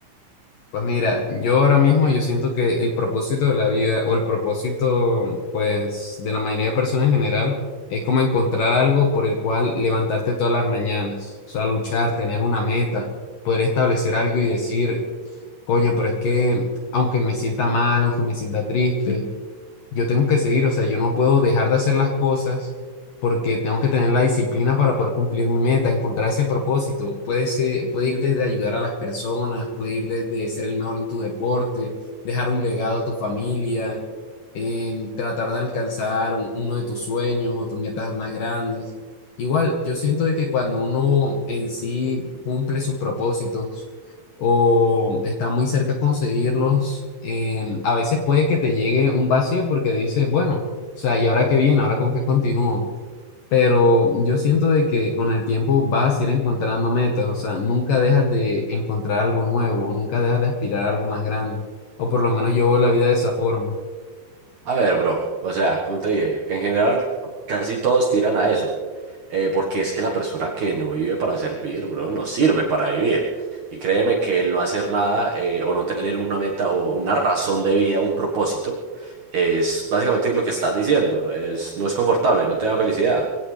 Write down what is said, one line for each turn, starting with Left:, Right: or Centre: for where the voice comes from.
Left: Pues mira, yo ahora mismo yo siento que el propósito de la vida o el propósito pues de la mayoría de personas en general es como encontrar algo por el cual levantarte todas las mañanas, o sea, luchar, tener una meta, poder establecer algo y decir, coño, pero es que aunque me sienta mal, aunque me sienta triste, yo tengo que seguir, o sea, yo no puedo dejar de hacer las cosas porque tengo que tener la disciplina para poder cumplir mi meta, encontrar ese propósito. Puede ser, puede ir desde ayudar a las personas, puede ir desde ser el mejor en tu deporte, dejar un legado a tu familia, em, tratar de alcanzar un- uno de tus sueños o tus metas más grandes. Igual, yo siento de que cuando uno en sí cumple sus propósitos, o está muy cerca conseguirlos, em, a veces puede que te llegue un vacío porque dices, bueno, o sea, ¿y ahora qué viene? ¿Ahora con qué continúo? Pero yo siento de que con el tiempo vas a ir encontrando metas, o sea, nunca dejas de encontrar algo nuevo, nunca dejas de aspirar a algo más grande, o por lo menos yo veo la vida de esa forma.
Right: A ver, bro, o sea, como te dije, en general casi todos tiran a eso, eh, porque es que la persona que no vive para servir, bro, no sirve para vivir. Y créeme que el no hacer nada eh, o no tener una meta o una razón de vida, un propósito, es básicamente lo que estás diciendo, es, no es confortable, no te da felicidad.